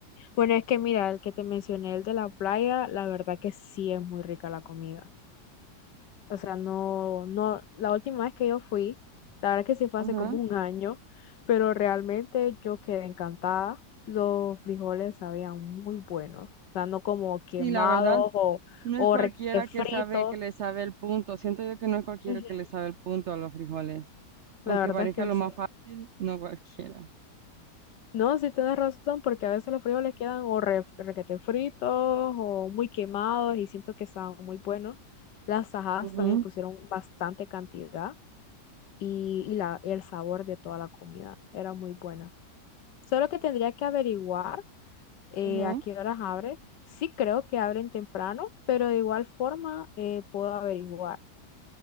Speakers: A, on the left; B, on the right.
A: Bueno, es que mira, el que te mencioné, el de la playa, la verdad que sí es muy rica la comida. O sea, no, no, la última vez que yo fui, la verdad que sí fue
B: Ajá.
A: hace como un año, pero realmente yo quedé encantada. Los frijoles sabían muy buenos, o sea, no como quemados
B: Sí, la verdad,
A: o,
B: no
A: o
B: es cualquiera
A: re- eh, fritos.
B: que sabe que le sabe el punto. Siento yo que no es cualquiera
A: Ujú,
B: que le sabe el punto a los frijoles. Aunque
A: La verdad
B: parezca
A: es que
B: lo
A: sí.
B: más fácil, no cualquiera.
A: No, sí tienes razón, porque a veces los frijoles quedan o re- requete fritos o muy quemados y siento que estaban muy buenos. Las tajadas
B: Ujú.
A: también pusieron bastante cantidad y, y la, el sabor de toda la comida era muy buena. Solo que tendría que averiguar eh,
B: Ajá.
A: a qué horas abre. Sí creo que abren temprano, pero de igual forma eh, puedo averiguar.